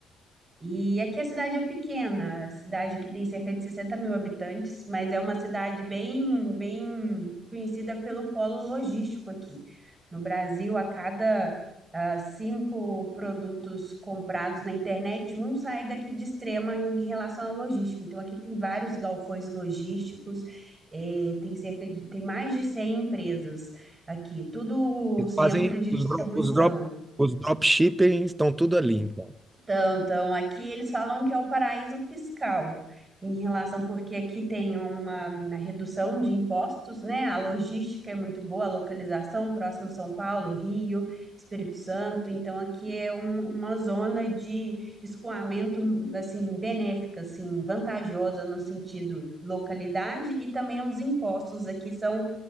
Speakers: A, on the right; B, on the right.
A: E aqui a cidade é pequena, a cidade que tem cerca de 60 mil habitantes, mas é uma cidade bem, bem conhecida pelo polo logístico aqui. No Brasil, a cada ah, cinco produtos comprados na internet, um sai daqui de Extrema em relação à logística. Então, aqui tem vários galpões logísticos, eh, tem cerca de, tem mais de 100 empresas aqui, tudo
B: Eles
A: centro
B: fazem
A: de
B: os
A: distribuição.
B: dro- os drop, os dropshipping estão tudo ali, então.
A: Então, então, aqui eles falam que é o paraíso fiscal, em relação, porque aqui tem uma, uma redução de impostos, né? A logística é muito boa, a localização próximo São Paulo, Rio, Espírito Santo. Então, aqui é um- uma zona de escoamento, assim, benéfica, assim, vantajosa no sentido localidade e também os impostos aqui são,